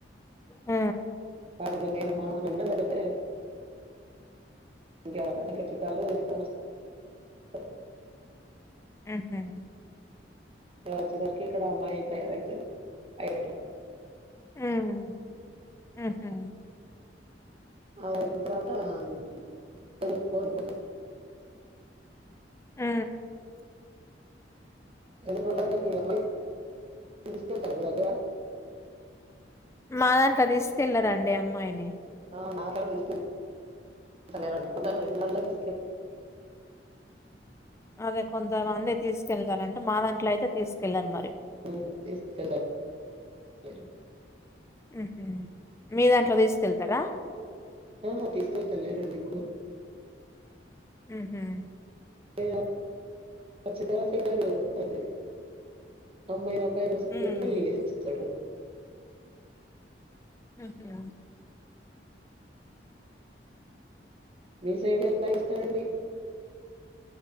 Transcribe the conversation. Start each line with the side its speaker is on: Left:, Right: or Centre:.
Left: ఊ
Right: వాటిని మేనమానన్నా లేకపోతే ఇంకెవరన్నా దగ్గర చుట్టాలు తెసుుకొని వస్త రు
Left: ఊహూ
Right: నేను వచ్చెసరికే ఇక్కడ అమ్మాయిలు తయారయతారు ఐ <unintelligible>
Left: హ్మ్ ఊహూ
Right: అని తర్వాత <unintelligible> తెలు వారు
Left: ఊ
Right: ఎందుకు అలాగ హి అమ్మాయి తెలుస్తే తరువాత
Left: మా దాంట్ల తీసుకెళ్ళరండి అమ్మాయిని
Right: ఆ మాట్లాడు తీస్కెల్ అసల్ ఆళ్ళు ఎందుకునరో ఇండ్లలకి <unintelligible>
Left: అదే కొంతమంది తీసుకెళ్తారంట మా దాంట్లో అయితే తీసుకెళ్లారు మరి
Right: ఓహో తీస్కెలర వరు
Left: ఉహు మీ దాంట్లో తీసుకెళ్తరా
Right: ఆహా తీసుకెళ్తా లేరండి ఇప్పుడు
Left: ఉహు
Right: ఒ వచ్చిం తరువాత ఇద్దరు అది అమ్మాయి రాద్ దాన్ <unintelligible>
Left: ఉమ్
Right: పెళ్లి ఏస్తడు
Left: హ్ హ్మ
Right: మీ సైడ్ ఎలా ఇస్తారండి